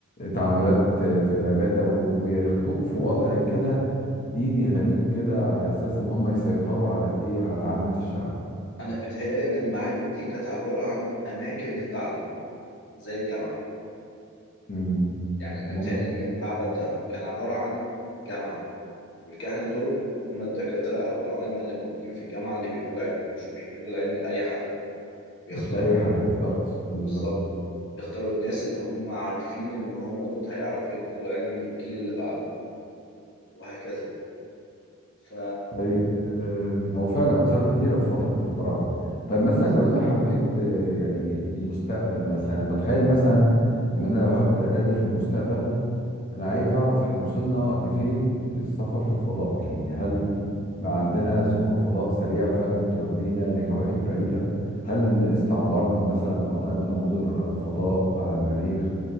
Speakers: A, on the left; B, on the left.
A: تعاملات في العبادة و- وياخدوك في وضع كده ديني غريب كده على أساس إن هم يسيطروا على الإيه على عامة الشعب
B: انا بتهيالي ان المعابد دي كانت عبارة عن اماكن للتعلم زي الجامعة
A: مم.
B: يعني انا
A: ممكن
B: بتهيالي ان المعبد ده كان عبارة عن جامعة والكهنة دول هم الدكاترة او العلماء اللي موجودين في الجامعة اللي بينقلوا علمهم مش بينقلوا العلم لأي حد بيختاروا
A: مش لأي حد بالظبط بالظبط
B: بالظبط يختاروا الناس اللي هم عارفين ان هم دول هيعرفوا ينقلوا العلم للجيل اللي بعده وهكذا ف
A: طيب آم، هو فعلا آثار كتيرة في فترة الفراعنة طيب مثلا
B: بالظبط
A: لو أنت حبيت آه، يعني المستقبل مثلا أنا بتخيل مثلا إن أنا لو هاخد الآلة دي في المستقبل انا عايز اعرف احنا وصلنا لفين في السفر في الفضاء يعني هل بقى عندنا سفن فضاء سريعة فعلا تودينا لكواكب بعيدة هل استعمرنا مثلا وعملنا مدن على الفضاء على المريخ